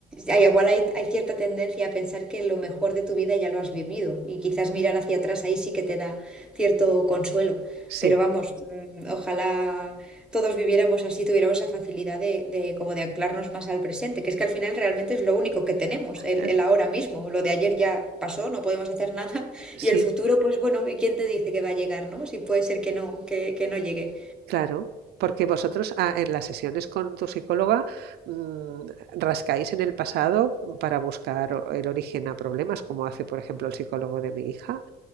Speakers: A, in the centre; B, on the right (about 70°).
A: hay- igual hay, hay cierta tendencia a pensar que lo mejor de tu vida ya lo has vivido y quizás mirar hacia atrás ahí sí que te da cierto consuelo.
B: sí,
A: Pero vamos, mm, ojalá todos viviéramos así, tuviéramos esa facilidad de, de como de anclarnos más al presente, que es que al final realmente es lo único que tenemos, el,
B: eh,
A: el ahora mismo. Lo de ayer ya pasó, no podemos hacer <laughs> nada,
B: sí,
A: y el futuro, pues bueno, ¿y quién te dice que va a llegar, no? Si puede ser que no, que, que no llegue.
B: claro. Porque vosotros ah, en las sesiones con tu psicóloga mm, rascáis en el pasado para buscar o- el origen a problemas, como hace, por ejemplo, el psicólogo de mi hija,